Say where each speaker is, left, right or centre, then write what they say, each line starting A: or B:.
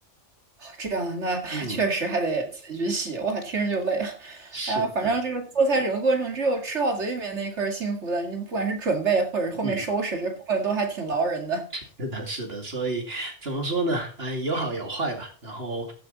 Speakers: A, on the right; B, on the right.
A: 这样，那 <laughs>
B: 嗯，
A: 确实还得自己去洗，哇，听着就累啊！
B: 是的，
A: 哎呀，反正这个做菜整个过程，只有吃到嘴里面那一刻是幸福的。你不管是准备，或者是后面收拾，
B: 嗯。
A: 这部分都还挺劳人的。
B: <laughs> 是的，是的，所以怎么说呢？哎，有好有坏吧。然后